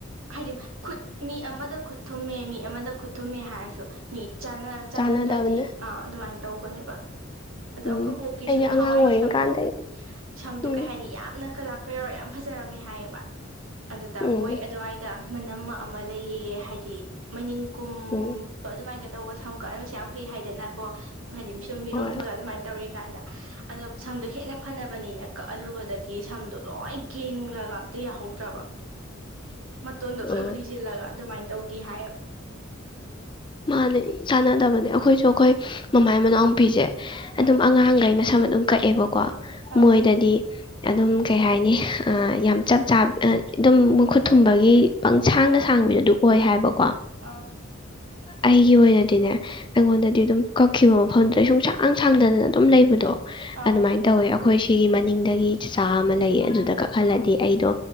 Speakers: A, on the right; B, on the left.
A: ꯍꯥꯏꯗꯤ ꯈꯨꯠ ꯃꯤ ꯑꯃꯗ ꯈꯨꯠ ꯊꯨꯝꯃꯦ ꯃꯤ ꯑꯃꯗ ꯈꯨꯠ ꯊꯨꯝꯃꯦ ꯍꯥꯏꯔꯁꯨ ꯃꯤ ꯆꯥꯅ ꯆꯥꯟꯅꯗ꯭ꯔꯗꯤ
B: ꯆꯥꯟꯅꯗꯕꯅꯦ
A: ꯑꯥ ꯑꯗꯨꯃꯥꯏꯅ ꯇꯧꯕꯅꯦꯕ ꯑꯗꯣ
B: ꯎꯝ
A: ꯑꯩꯈꯣꯏꯕꯣꯛꯀꯤꯁꯨ
B: ꯑꯩꯗꯤ
A: ꯅꯍꯋꯥꯏ
B: ꯑꯉꯥꯡ ꯑꯣꯏꯔꯤꯀꯥꯟꯗꯩ
A: ꯁꯝꯗꯣ ꯁꯝꯗꯣ
B: ꯎꯝ
A: ꯀꯩ ꯍꯥꯏꯅꯤ ꯌꯥꯝꯅ ꯀꯂꯥꯞ ꯀꯩꯌꯧꯔꯒ ꯌꯥꯝ ꯐꯖꯔꯝꯃꯦ ꯍꯥꯏꯌꯦꯕ ꯑꯗꯨꯗ
B: ꯎꯝ
A: ꯃꯣꯏ ꯑꯗꯨꯋꯥꯏ ꯇꯥ ꯃꯅꯝꯃꯥ ꯑꯃ ꯂꯩꯌꯦꯑꯦ ꯍꯥꯏꯗꯤ ꯃꯩꯅꯤꯡ ꯀꯨꯝ
B: ꯎꯝ
A: ꯕ ꯑꯗꯨꯃꯥꯏꯅꯒ ꯇꯧꯕ ꯁꯝꯀꯛꯍꯟꯕꯁꯨ ꯌꯥꯝ ꯐꯩ ꯍꯥꯏꯗꯅꯀꯣ ꯍꯥꯏꯗꯤ ꯃꯤꯁꯣꯝ ꯃꯤꯔꯣꯟꯕꯒ
B: ꯍꯣꯏ
A: ꯑꯗꯨꯃꯥꯏꯅ ꯇꯧꯔꯤꯀꯥꯟꯗ ꯑꯗꯣ ꯁꯝꯗꯣ ꯍꯦꯟꯅ ꯐꯅꯕꯅꯤꯅ ꯀꯛꯍꯜꯂꯨꯕꯗꯒꯤ ꯁꯝꯗꯣ ꯂꯣꯏ ꯀꯦꯟꯒ꯭ꯔꯒ ꯑꯝꯇ ꯌꯥꯍꯧꯗ꯭ꯔꯕ ꯃꯇꯣꯟꯗꯣ
B: ꯑ
A: ꯂꯣꯏ ꯍꯨꯏꯁꯤꯜꯂꯒ ꯑꯗꯨꯃꯥꯏꯅ ꯇꯧꯒꯤ ꯍꯥꯏꯌꯦꯕ
B: ꯃꯥꯅꯦ ꯆꯥꯟꯅꯗꯕꯅꯦ ꯑꯩꯈꯣꯏꯁꯨ ꯑꯩꯈꯣꯏ ꯃꯃꯥꯏ ꯃꯅꯥꯎꯄꯤꯁꯦ
A: ꯎꯝ
B: ꯑꯗꯨꯝ ꯑꯉꯥꯡꯒꯩꯅ ꯁꯝ ꯑꯗꯨꯝ ꯀꯛꯑꯦꯕꯀꯣ
A: ꯑꯥꯎ
B: ꯃꯣꯏꯗꯗꯤ ꯑꯗꯨꯝ ꯀꯩ ꯍꯥꯏꯅꯤ ꯌꯥꯝ ꯆꯞ ꯆꯥꯕ ꯑꯗꯨꯝ ꯃꯈꯨꯠ ꯊꯨꯝꯕꯒꯤ ꯄꯪꯁꯥꯡꯗ ꯁꯥꯡꯕꯤꯗꯣ ꯑꯗꯨ ꯑꯣꯏ ꯍꯥꯏꯕꯀꯣ
A: ꯑꯧ
B: ꯑꯩꯒꯤ ꯑꯣꯏꯅꯗꯤꯅꯦ ꯑꯩꯉꯣꯟꯗꯗꯤ ꯑꯗꯨꯝ ꯀꯛꯈꯤꯕ ꯃꯐꯝꯗꯨꯗꯒꯤ ꯁꯨꯡꯁꯥꯡ ꯁꯥꯡꯗꯅ ꯑꯗꯨꯝ ꯂꯩꯕꯗꯣ
A: ꯑꯥꯎ
B: ꯑꯗꯨꯃꯥꯏꯅ ꯇꯧꯋꯦ ꯑꯩꯈꯣꯏ ꯁꯤꯒꯤ ꯃꯅꯤꯡꯗꯒꯤ ꯆꯆꯥ ꯑꯃ ꯂꯩ ꯑꯗꯨꯗ ꯀꯛꯍꯜꯂꯗꯤ ꯑꯩꯗꯣ